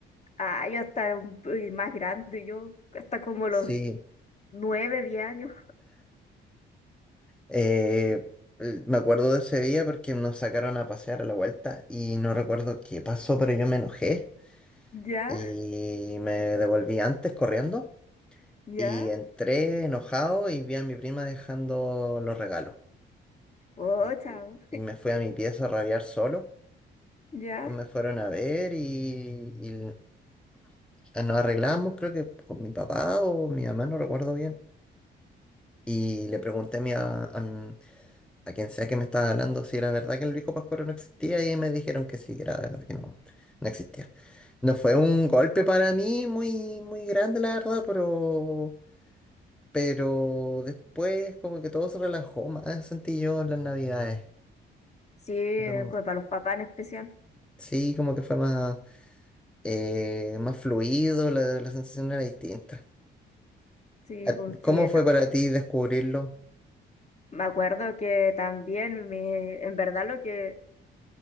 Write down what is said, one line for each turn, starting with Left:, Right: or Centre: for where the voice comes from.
Left: Ah, yo hasta un- uy, más grande, yo hasta como
Centre: Sí.
Left: los nueve, diez años.
Centre: Eh, el- me acuerdo de ese día porque nos sacaron a pasear a la vuelta y no recuerdo qué pasó, pero yo me enojé
Left: Ya,
Centre: y me devolví antes corriendo.
Left: ya.
Centre: Y entré enojado y vi a mi prima dejando los regalos.
Left: Oh,
Centre: Y,
Left: chao.
Centre: y me fui a mi pieza a rabiar solo.
Left: Ya.
Centre: Pues me fueron a ver y, y ah, nos arreglamos, creo que con mi papá o mi mamá, no recuerdo bien. Y le pregunté a, mi- a, a mi- a quien sea que me estaba hablando si era verdad que el viejo Pascuero no existía y ahí me dijeron que sí, que era verdad que no, no existía. No fue un golpe para mí muy, muy grande, la verdad, pero Pero después como que todo se relajó más, sentí yo en las navidades.
Left: Sí,
Centre: Como-
Left: como para los papás en especial.
Centre: sí, como que fue más, eh, más fluido, la, la sensación era distinta.
Left: Sí,
Centre: ¿A-
Left: pues
Centre: ¿Cómo
Left: sí.
Centre: fue
Left: no.
Centre: para ti descubrirlo?
Left: Me acuerdo que también, me, en verdad lo que...